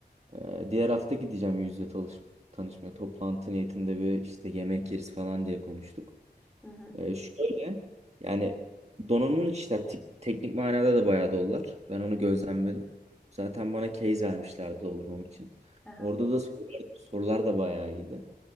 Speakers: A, on the right; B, in the centre.
A: Ee, diğer hafta gideceğim yüz yüze tanış- tanışmaya. Toplantı niyetinde bir işte yemek yeriz falan diye konuştuk.
B: Hı hı.
A: Ee, şöyle yani donanımlı kişiler tik- teknik manada da bayağı dolular. Ben onu gözlemledim. Zaten bana case vermişlerdi doldurmam için.
B: Aha.
A: Orada da sorular, sorular da bayağı iyiydi.